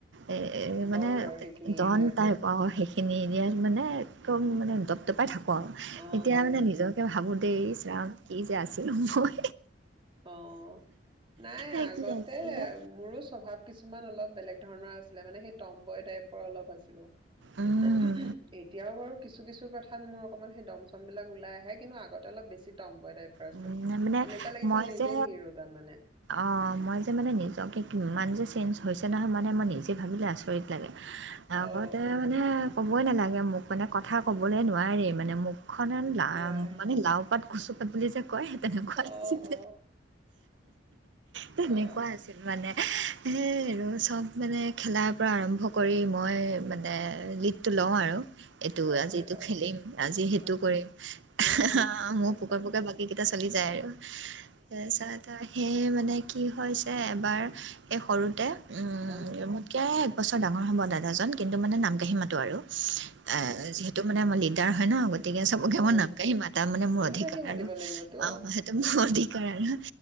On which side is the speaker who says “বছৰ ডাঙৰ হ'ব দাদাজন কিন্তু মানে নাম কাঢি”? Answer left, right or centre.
Right